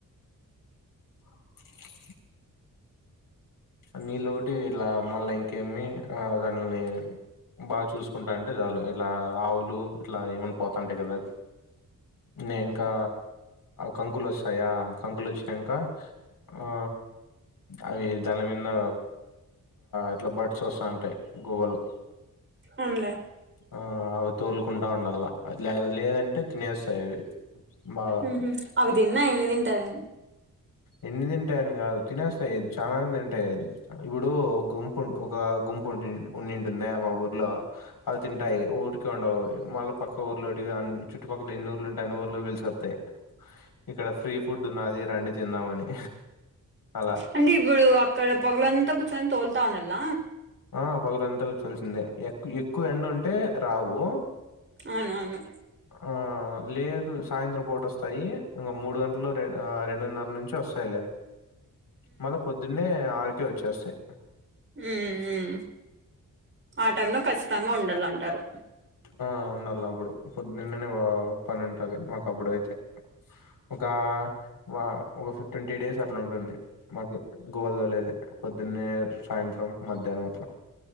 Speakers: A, on the left; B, on the right.
A: ఇ నీళ్లోటి ఇట్ల మళ్ళా ఇంక్ ఏమి ఆ దానిలని బాగా చూసుకుంటా అంటే చాలు ఇలా ఆవులు ఇట్లా ఏమైనా పోతంటాయి కదా నే ఇంకా కంకులు వస్తాయా కంకులు వచ్చినాక ఆ అవి దాని మీద ఇట్లా బడ్స్ వస్తుాంటాయి గూవ్వలు
B: అనులే
A: ఆ అవి తోలుకుంటా ఉండల్లా లేదంటే తినేస్తాయి అవి బాగా
B: మ్ హు అవి తిన్నా ఎన్ని తింటది
A: ఎన్ని తింటాయని కాదు తినేస్తాయి చాలానే తింటాయి ఇప్పుడు గుంపు ఒక గుంపు ఉండి ఉండింటుంది మా ఊర్లో అది తింటాయి ఊర్ ఉండవు అవి మళ్ళ పక్క ఊర్లోటి చుట్టుపక్కల ఎన్ని ఊర్లు ఉంటే అన్ని ఊర్లు పిలుకొస్తాయి ఇక్కడ ఫ్రీ ఫుడ్ ఉన్నది రండి తిందామని అలా
B: అంటే ఇప్పుడు అక్కడ పగలంతా కూర్చొని తోలుతా ఉండల్ల
A: ఆ పగలంతా కూర్చోల్సిందే ఎక్ ఎక్కువ ఎండ ఉంటే రావు
B: అవును ఆవును
A: ఆ లేదు సాయంత్రం పూట వస్తాయి ఇంకా మూడు గంటల్లో రెం ఆ రెండున్నర నుంచి వస్తాయిలే మళ్ళా పొద్దున్నే ఆరుకే వచ్చేస్తాయి.
B: హ్ హ్ ఆ టైమ్ లో ఖచ్చితంగా ఉండాలంటారు.
A: ఆ ఉండాల అప్పుడు పొద్దున్నే పో పని ఉంటది. మాకు అప్పుడు అయితే ఒక వ ఒక ఫిఫ్టీన్ త్రీ డేస్ అట్లా ఉంటుంది మాకి గువల్ల్లో లేదే పొద్దున్నే సాయంత్రం మధ్యాహ్నం అట్ల